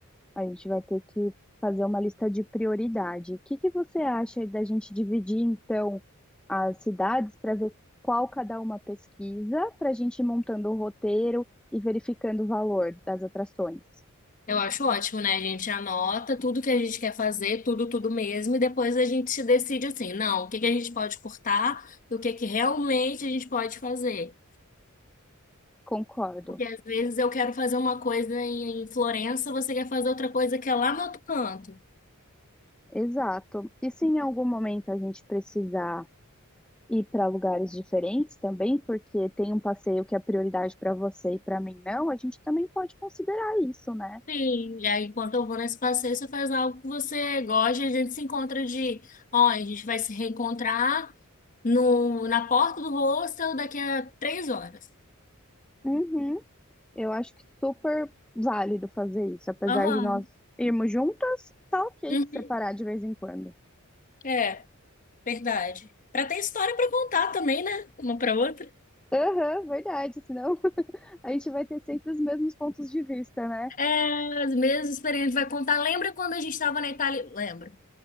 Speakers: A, in the centre; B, on the left.
A: A gente vai ter que fazer uma lista de prioridade. O que que você acha da gente dividir, então, as cidades para ver qual cada uma pesquisa, para a gente ir montando o roteiro e verificando o valor das atrações?
B: Eu acho ótimo, né? A gente anota tudo que a gente quer fazer, tudo, tudo mesmo, e depois a gente se decide assim, não, o que que a gente pode cortar e o que que realmente a gente pode fazer.
A: Concordo.
B: Porque às vezes eu quero fazer uma coisa em em Florença, você quer fazer outra coisa que é lá no outro canto.
A: Exato. E se em algum momento a gente precisar. ir para lugares diferentes também, porque tem um passeio que é prioridade para você e para mim não, a gente também pode considerar isso, né?
B: Sim, e aí enquanto eu vou nesse passeio, você faz algo que você gosta, e a gente se encontra de, ó, a gente vai se reencontrar no, na porta do hostel daqui a três horas.
A: Uhum. Eu acho que super válido fazer isso, apesar
B: Aham.
A: de nós irmos juntas, tá ok
B: Uhum.
A: se separar de vez em quando.
B: É. Verdade. Pra ter história pra contar também, né? Uma pra outra.
A: Aham, verdade, senão <laughs> a gente vai ter sempre os mesmos pontos de vista, né?
B: É, as mesmas experiências vai contar. Lembra quando a gente estava na Itália? Lembro.